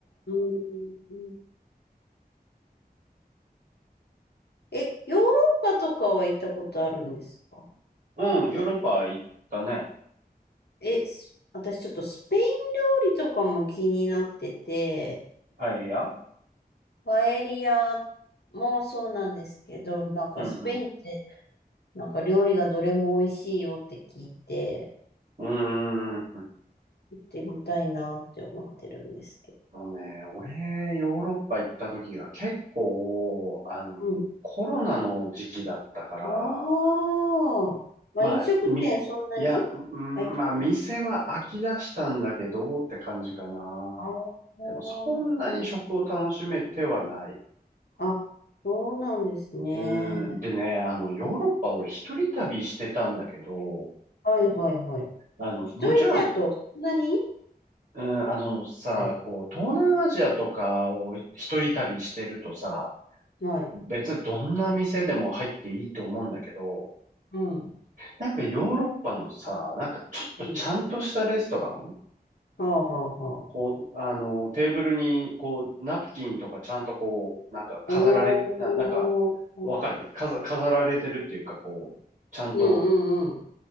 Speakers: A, on the left; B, on the right.
A: うんえ、ヨーロッパとかは行ったことあるんですか
B: な。うん、ヨーロッパ行ったね。
A: え、す私ちょっとスペイン料理とかも気になってて、
B: パエリア
A: パエリアもそうなんですけど、なんかスペインって
B: うん
A: なんか料理がどれも美味しいよって聞いて、
B: うん。うーん。
A: 行ってみたいなって思ってるんですけ
B: もうね、俺、ヨーロッパ行った時が結構、あの、
A: ど。うん。
B: コロナの時期だったから、
A: ああ、まあ、
B: まあ、
A: 飲食店そんなに
B: み、いや、うんまあ、
A: 開いてないの
B: 店は飽き出したんだけどって感じかな。
A: ああー、
B: でも、そんなに食を楽しめてはない。
A: あ、そうなんですね。
B: うーん、でね、あの、ヨーロッパ俺一人旅してたんだけど、
A: はいはいはい。
B: あの、
A: 一人だとそんなに
B: もちろん、うん、あのさ、
A: はい。
B: こう、東南アジアとかを一人旅してるとさ、
A: はい。
B: 別にどんな店でも入っていいと思うんだけど、
A: うん。
B: なんかヨーロッパのさ、なんかちょっとちゃんとしたレストラン
A: うんはあ、はあ、はあ。
B: こう、あの、テーブルに、こう、ナプキンとかちゃんとこう、なんか飾られ、
A: お
B: な、
A: ー、
B: なんか、
A: う
B: わかる飾、飾られてるっていうか、こう、ちゃんと、
A: んうんうん。